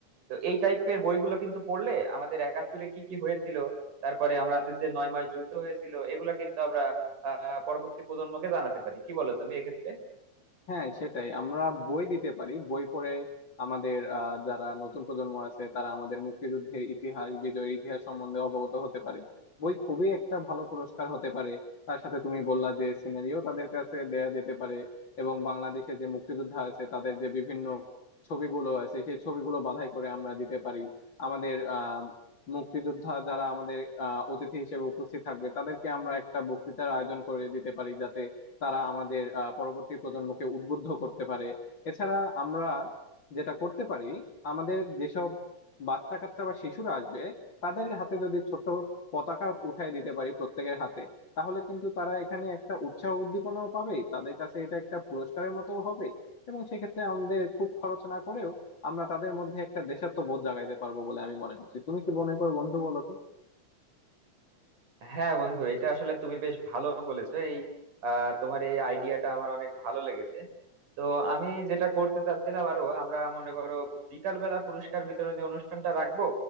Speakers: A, on the right; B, on the left.
A: তো এই টাইপের বইগুলো কিন্তু পড়লে আমাদের একাত্তরে কি কি হয়েছিল তারপরে আমাদের যে নয় মাস যুদ্ধ হয়েছিল এগুলা কিন্তু আমরা আহ পরবর্তী প্রজন্মকে জানাতে পারি কি বলো তুমি এক্ষেত্রে
B: হ্যাঁ সেটাই আমরা বই দিতে পারি বই পড়ে আমাদের আহ, যারা নতুন প্রজন্ম আছে তারা আমাদের মুক্তিযুদ্ধের ইতিহাস বিজয়ের ইতিহাস সম্বন্ধে অবগত হতে পারে বই খুবই একটা ভালো পুরস্কার হতে পারে তার সাথে তুমি বললা যে সিনারিও তাদের কাছে দেয়া যেতে পারে এবং বাংলাদেশে যে মুক্তিযোদ্ধা আছে তাদের যে বিভিন্ন ছবিগুলো আছে সেই ছবিগুলো বাছাই করে আমরা দিতে পারি আমাদের আহ মুক্তিযোদ্ধা যারা আমাদের আহ অতিথি হিসেবে উপস্থিত থাকবে তাদেরকে আমরা একটা বক্তৃতার আয়োজন করে দিতে পারি যাতে তারা আমাদের আহ, পরবর্তী প্রজন্মকে উদ্বুদ্ধ করতে পারে এছাড়া আমরা যেটা করতে পারি আমাদের যেসব বাচ্চা কাচ্চা বা শিশুরা আসবে তাদের হাতে যদি ছোট পতাকা উঠায় দিতে পারি প্রত্যেকের হাতে তাহলে কিন্তু তারা এখানে একটা উৎসাহ উদ্দীপনাও পাবে তাদের কাছে এটা একটা পুরস্কারের মতো হবে এবং সেক্ষেত্রে আমাদের খুব খরচ না করেও আমরা তাদের মধ্যে একটা দেশাত্মবোধ জাগাইতে পারবো বলে আমি মনে করছি তুমি কি মনে করো বন্ধু বলো তো
A: হ্যাঁ বন্ধু এটা আসলে তুমি বেশ ভালো বলেছো এই আহ, তোমার এই আইডিয়াটা আমার অনেক ভালো লেগেছে তো আমি যেটা করতে চাচ্ছিলাম আরো আমরা মনে করো বিকাল বেলা পুরস্কার বিতরণী অনুষ্ঠানটা রাখবো